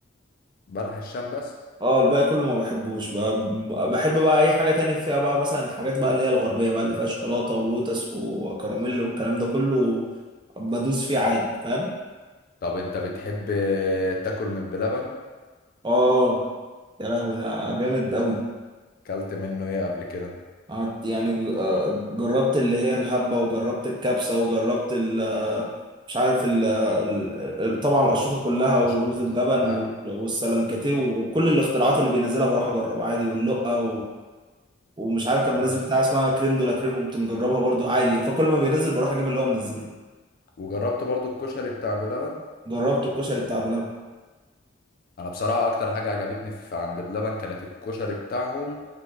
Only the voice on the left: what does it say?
بلح الشام بس
طب انت بتحب تاكل من بلبن
اكلت منه ايه قبل كده
مشطوطة
أي.
جربت-
وجربت برضو الكشري بتاع بلبن
انا بصراحة اكتر حاجة عجبتني في عند بلبن كانت الكشري بتاعهم